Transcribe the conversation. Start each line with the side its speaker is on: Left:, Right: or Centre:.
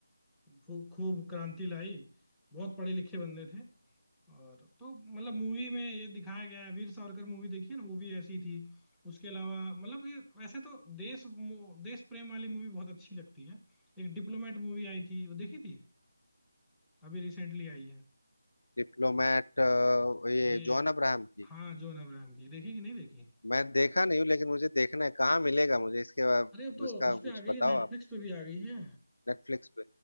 Centre: खू- खूब क्रांति लाई बहुत पढ़े लिखे बंदे थे और तो मतलब मूवी में ये दिखाया गया है वीर सावरकर मूवी देखी है ना वो भी ऐसी थी उसके अलावा मतलब ये वैसे तो देश मो- देश प्रेम वाली मूवी बहुत अच्छी लगती है एक डिप्लोमेट मूवी आई थी वो देखी थी अभी रिसेंटली आई है
Left: डिप्लोमेट अ, ये
Centre: ये
Left: जॉन अब्राहम की
Centre: हाँ जॉन अब्राहम की देखी कि नहीं देखी
Left: मैं देखा नहीं हूँ लेकिन मुझे देखना है कहाँ मिलेगा मुझे इसके बारे-
Centre: अरे अब तो
Left: इसका
Centre: उस पे
Left: कुछ
Centre: आ गई
Left: बताओ
Centre: है नेटफ्लिक्स
Left: आप
Centre: पे भी आ गई है
Left: नेटफ्लिक्स